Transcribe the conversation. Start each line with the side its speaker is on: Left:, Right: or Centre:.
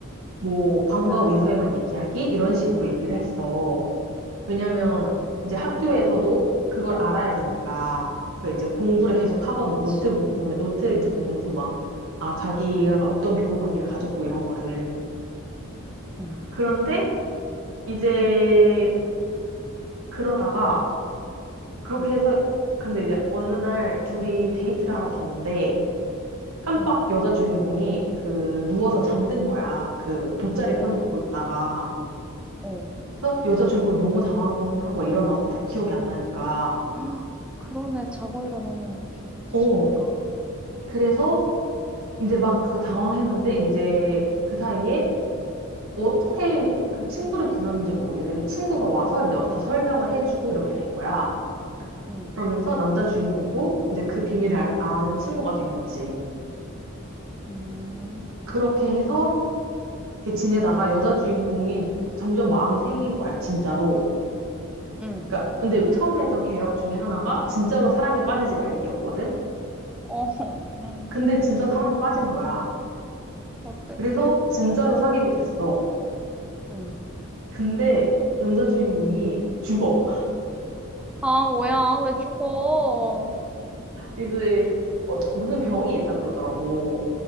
Right: 뭐, 방과
Centre: 아,
Right: 후 이후에만 얘기하기, 이런 식으로 얘기를 했어. 왜냐면
Centre: 아,
Right: 이제 학교에서도 그걸 알아야 되니까 그 이제 공부를 계속 하거든. 노트북
Centre: 치.
Right: 보면 노트 이제 보면서 막 아, 자기가 어떤 교우 관계를 가졌고 이런 거를.
Centre: 응,
Right: 그런데 이제 그러다가 그렇게
Centre: 응,
Right: 해서 근데 이제 어느 날 둘이 데이트를 하러 갔는데 깜빡
Centre: 응.
Right: 여자 주인공이 그 누워서 잠든 거야. 그 돗자리
Centre: 어머,
Right: 펴놓고 있다가.
Centre: 어.
Right: 그래서 여자 주인공이 너무 당황한 거야. 일어나서 다 기억이 안 나니까.
Centre: <gasps> 헉, 그러네. 자고 일어나면 기억 없어지니까.
Right: 어. 그래서 이제 막 그 당황했는데 이제 그 사이에 어떻게 그 친구를 불렀는지 모르겠는데 그 친구가 와서 이제 막 다 설명을 해주고 이렇게 된 거야.
Centre: 응,
Right: 그러면서 남자 주인공도 이제 그 비밀을 아- 아는 친구가 된 거지.
Centre: 음,
Right: 그렇게 해서 이렇게 지내다가 여자 주인공이 점점 마음이 생긴 거야, 진짜로.
Centre: 응.
Right: 그러니까 근데 처음에 했던 개혁 중에 하나가 진짜로 사랑에 빠지지 말기였거든.
Centre: 어, 응
Right: 근데 진짜 사랑에 빠진 거야.
Centre: 어떡해.
Right: 그래서 진짜로
Centre: 어,
Right: 사귀게 됐어.
Centre: 응,
Right: 근데 남자 주인공이 죽어.
Centre: 아, 뭐야, 왜 죽어?
Right: 이제 어, 무슨 병이 있다 그러더라고.